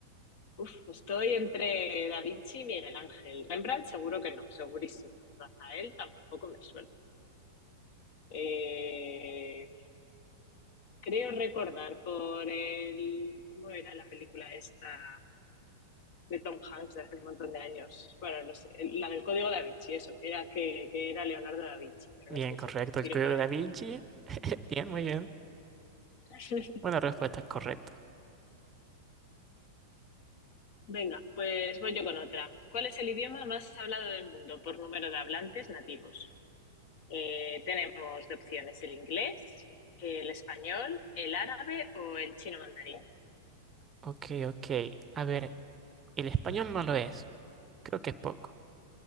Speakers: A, on the left; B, on the right.
A: Uf, estoy entre Da Vinci y Miguel Ángel. Rembrandt seguro que no, segurísimo. Rafael tampoco me suena. Eh, creo recordar por el... ¿Cómo era la película esta de Tom Hanks de hace un montón de años? Bueno, no sé, la del Código Da Vinci, eso. Era que, que era Leonardo Da Vinci, pero
B: Bien,
A: no estoy
B: correcto,
A: seguro.
B: el
A: Tiro
B: código
A: por ahí.
B: da Vinci. <laughs> Bien, muy bien.
A: <laughs>
B: Una respuesta correcta.
A: Venga, pues voy yo con otra. ¿Cuál es el idioma más hablado del mundo por número de hablantes nativos? Eh, tenemos de opciones el inglés, el español, el árabe o el chino mandarín.
B: Ok, ok. A ver, el español no lo es. Creo que es poco.